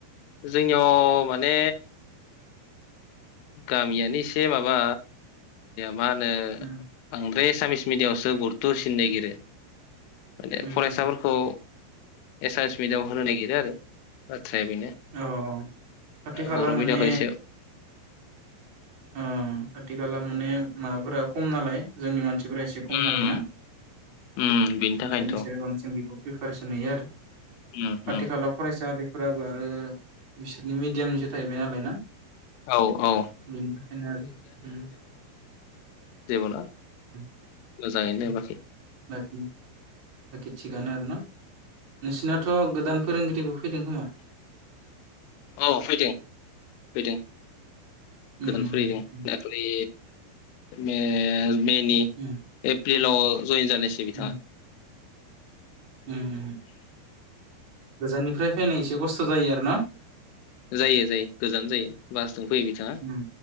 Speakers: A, on the left; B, on the right.
A: जोंनियाव माने गामियानो एसे माबा मा होनो
B: उम
A: आं एसामिस मिडियामआवसो गुरथ' होसिननो नागिरो। माने
B: उम
A: फरायसाफोरखौ
B: उम
A: एसामिस मिडियामआव होनो नागिरो आरो बाथ्राया बेनो
B: अह खाथि खाला
A: बर'
B: माने
A: मिडियामखौ एसे
B: ओम आथि खाला माने माबाफोरा खम नालाय जोंनि मानसिफोरा एसे खम
A: उम
B: नालाय ना
A: उम बिनि थाखायनोथ'
B: ओंखायनो एसे बांसिन बेखौ प्रिपारेसन नुयो आरो
A: उम
B: खाथि
A: उम
B: खाला फरायसालि फोराबो आरो बिसोरनि मिडियामनिसो थाहैबाय नालाय ना ।
A: औ औ ।
B: बेनि थाखायनो आरो उम
A: जेबो नङा
B: <inaudible>
A: मोजाङैनो
B: उम
A: बाखि
B: बाखि बाखि थिगानो आरो न नोंसिनाथ' गोदान फोरोंगिरिबो फैदों खोमा?
A: औ फैदों फैदों ।
B: उम
A: गोदान
B: उम
A: फैदों
B: उम
A: दाखालि मेल मेनि
B: उम
A: बिल' जयेन जानायसै बिथाङा
B: उम
A: ।
B: उम गोजाननिफ्राय फैनाय एसे खस्थ' जायो आर न?
A: जायो जायो गोजान जायो बासजों फैयो बिथाङा
B: उम